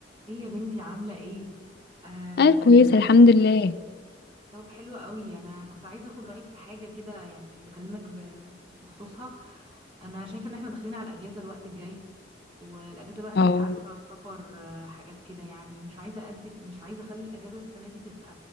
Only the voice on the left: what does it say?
انا كويسه
الحمد لله
اه